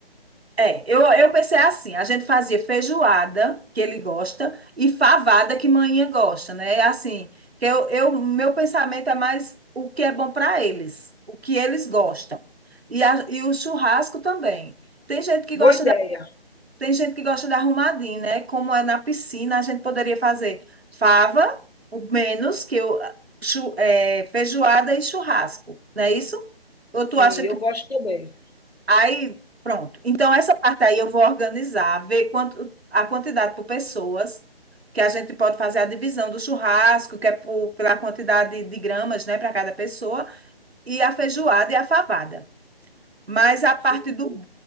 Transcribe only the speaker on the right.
É, eu, eu pensei assim, a gente fazia feijoada, que ele gosta, e favada, que manhã gosta, né? É Assim, que eu, eu, meu pensamento é mais o que é bom para eles, o que eles gostam. E, a- e o churrasco também. Tem gente que
gosta
Tem gente que gosta de arrumadinho, né? Como é na piscina, a gente poderia fazer fava, o menos que eu, chu- é, feijoada e churrasco, não é isso? Ou
tu acha
que.
Aí, pronto. Então, essa parte aí eu vou organizar, ver quanto, a quantidade por pessoas, que a gente pode fazer a divisão do churrasco, que é por, pela quantidade de gramas, né, para cada pessoa, e a feijoada e a favada. Mas a parte
do